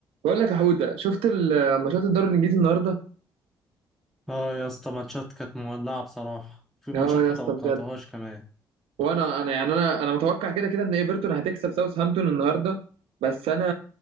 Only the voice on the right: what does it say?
بقول لك يا حوده شفت ال- ماتشات الدوري الانجليزي النهارده
اه يا
اسطى
بجد
وانا انا يعني انا انا متوقع كده كده ان ايفرتون هتكسب ساوثهامبتون النهارده بس انا